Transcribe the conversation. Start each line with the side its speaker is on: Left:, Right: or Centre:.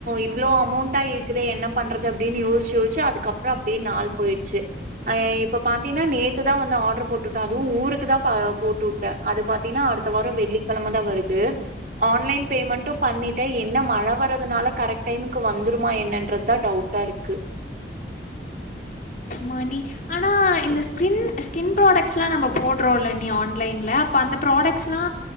Right: இவ்ளோ அமௌண்டா இருக்குதே என்ன பண்றது அப்டின் யோசிச்சி யோசிச்சி அதுக்கப் ப்புறோ அப்டியே நாள் போய்ட்ச்சு அ இப்ப பாத்தீன்னா நேத்துதா வந்து ஆடர் போட்டுருக்காங் துவு ஊருக்கு தா ப போட்டுட்டே அது பாத்தீனா அடுத்த வார வெள்ளிக்கிழமதா வருது ஆன்லைன் பேமெண்ட்டு பண்ணிட்டே என்ன மழ வரதுனால கரெக்ட் டைமுக்கு வந்துருமா என்னன்றது தா டவுட் டாருக்கு
Left: மணி ஆனா இந்த ஸ்கின் ஸ்கின் ப்ராடக்ட்ஸ்ல்லா நம்ம போடுறோல்ல அண்ணி ஆன்லைன்ல அப்ப அந்த ப்ராடக்ட்ஸ்ல்லா